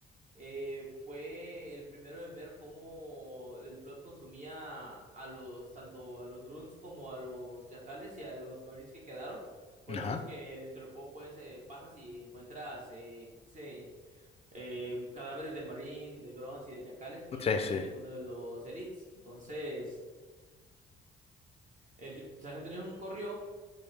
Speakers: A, on the right; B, on the left.
A: eh, fue el primero en ver cómo el Flood consumía a los, tanto a los Grunts como a los Yacales y a los Marines que quedaron. Por
B: Ajá.
A: eso es que dentro del juego puedes, eh, pasas y encuentras eh, pues, eh, eh, cadáveres de Marines, de Grunts y de Yacales, pero
B: Sí,
A: no encuentras
B: sí.
A: ninguno de los Elites. Entonces, el Sargento Johnson corrió,